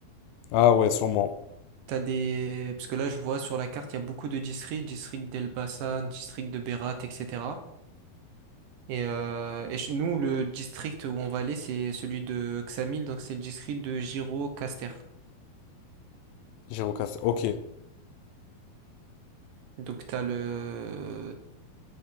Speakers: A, on the left; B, on the right.
A: Ah ouais, sûrement.
B: T'as des... Parce que là, je vois sur la carte, il y a beaucoup de districts, district d'Elbasan, district de Berat, etc. Et, euh, et chez nous, le district où on va aller, c'est celui de Ksamil, donc c'est le district de Giro-Caster.
A: Girocast. Ok.
B: Donc t'as le...